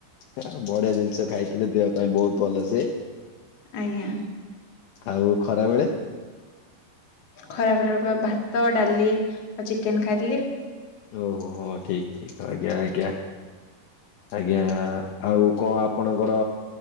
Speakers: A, on the left; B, on the left.
A: ସେଟା ବଢିଆ ଜିନିଷ ଖାଇଥିଲେ ଦେହ ପାଇଁ ବହୁତ ଭଲ ସେ।
B: ଆଜ୍ଞା।
A: ଆଉ ଖରା ବେଳେ?
B: ଖରା ଖରା ଭାତ, ଡାଲି ଆଉ ଚିକେନ ଖାଇଥିଲି।
A: ଓ ହୋ ହୋ ଠିକ ଠିକ ଆଜ୍ଞା ଆଜ୍ଞା। ଆଜ୍ଞା ଆଉ କଣ ଆପଣଙ୍କର